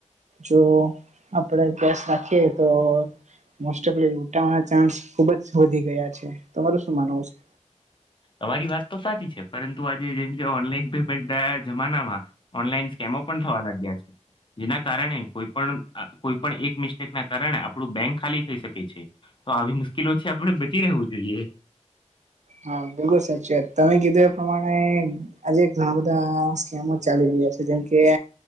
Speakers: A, on the right; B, on the left.
A: જો આપડે ગેસ રાખીએ તો મોસ્ટલી ઓફ લૂંટવાના ચાન્સ ખુબ જ વધી ગયા છે. તમારું શું માનવું છે?
B: તમારી વાત તો સાચી છે પરંતુ આજે જેમ કે ઓનલાઈન પેમેન્ટના જમાનામાં ઓનલાઈન સ્કેમો પણ થવા લાગ્યા છે. જેના કારણે કોઈ પણ કોઈ પણ એક મિસ્ટેકના કારણે આપડું બેંક ખાલી થઈ શકે છે. તો આવી મુશ્કેલોથી આપડણે બચી રહેવું જોઈએ.
A: હા, બિલકુલ સાચી વાત તમે કીધું એ પ્રમાણે આજે ઘણા બધા સ્કેમો ચાલી રહ્યા છે જેમકે